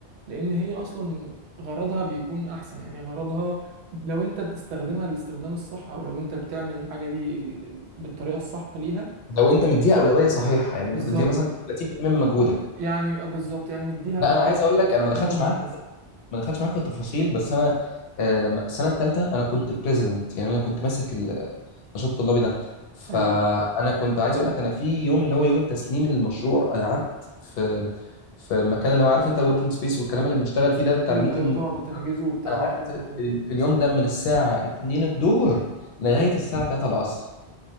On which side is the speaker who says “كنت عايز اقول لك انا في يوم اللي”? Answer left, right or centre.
Left